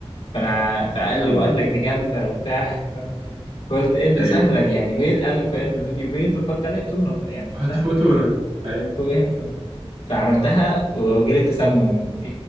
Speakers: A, on the left (about 75°); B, on the right (about 75°).
A: فأنا فقال
B: كمل
A: لي وقال لك دي جامدة وبتاع <laughs> قلت ايه دي
B: أيوه
A: سهلة دي يعني بيض قال لك في الفيديو بيض وحط عليه تونة يعني
B: حط
A: سهل
B: فوتونة أيوه
A: وإيه تونة فعملتها وجالي تسمم